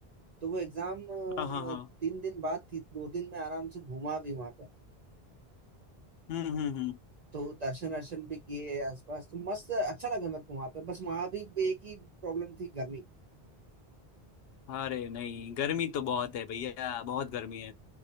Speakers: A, on the right; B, on the left.
A: तो वो एग्जाम
B: हाँ हाँ हाँ
A: तीन दिन बाद थी दो दिन में आराम से घूमा भी वहां पे
B: हम्म हम्म हम्म
A: तो दर्शन दर्शन भी किए आसपास तो मस्त अच्छा लगा मेरे को वहां पे बस वहां भी एक ही प्रॉब्लम थी गर्मी
B: अरे नहीं गर्मी तो बहुत है भैया बहुत गर्मी है